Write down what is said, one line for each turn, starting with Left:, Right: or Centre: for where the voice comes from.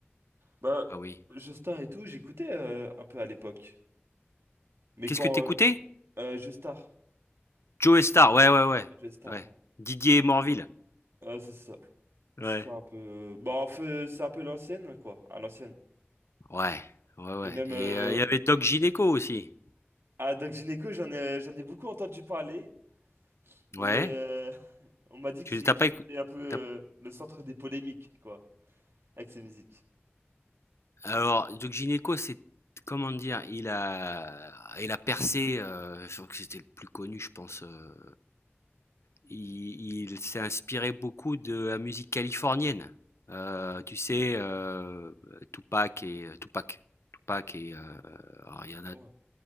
Right: Bah,
Left: ah oui.
Right: Joestar et tout, j'écoutais euh, un peu à l'époque. Mais
Left: Qu'est-ce
Right: quand...
Left: que t'écoutais
Right: Euh,
Left: écoutais?
Right: euh, Joestar.
Left: Joe Star, ouais, ouais, ouais,
Right: Joestar,
Left: ouais.
Right: ouais.
Left: Didier Morville.
Right: Ouais, c'est ça.
Left: Ouais.
Right: C'est un peu... Bah, en fait, c'est un peu l'ancienne, quoi. À l'ancienne.
Left: Ouais, ouais, ouais
Right: Et même...
Left: et
Right: Euh,
Left: heu, il y avait Doc Gineco aussi.
Right: à Doc Gynéco, j'en ai, j'en ai beaucoup entendu parler.
Left: Ouais.
Right: Et euh, <laughs> on m'a dit
Left: Tu
Right: que c'est-
Left: t'as
Right: qu'il
Left: pas écou
Right: était un peu euh,
Left: t'as
Right: le centre des polémiques, quoi. Avec ses musiques.
Left: alors Doc Gineco, c'est comment dire? Il a il a percé, heu, je crois que c'était le plus connu, je pense, heu Il, il s'est inspiré beaucoup de la musique californienne. Euh, tu sais, euh, Tupac et euh, Tupac, Tupac et euh, alors, il y
Right: Ouais.